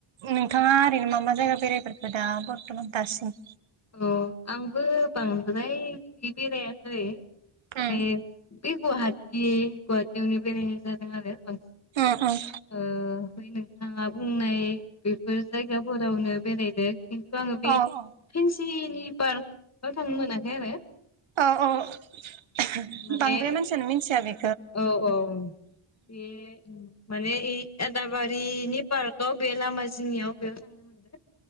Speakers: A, on the right; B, on the left.
A: नोंथाङा ओरैनो मा मा जायगा बेरायफोरखो दा बरथ'मान दासिम?
B: अ आंबो बांद्राय बिदि बेरायाखै माने
A: उम
B: बे गुवाहाटि गुवाहाटियावनो बेरायनाय जादों आरो बां
A: उम उम
B: ओ बै नों थाङा बुंनाय बेफोर जायगाफोरावनो बेरायदों खिन्थु आङो बे
A: अ अ
B: थिनि पार्कआव थांनो मोनाखै आरो
A: औ औ बांद्राय
B: माने
A: मानसियानो मिनथिया बे
B: औ औ बे माने ए आदाबारिनि पार्कआव बे लामा जिंनियाव बेयाव थांनो मोनदों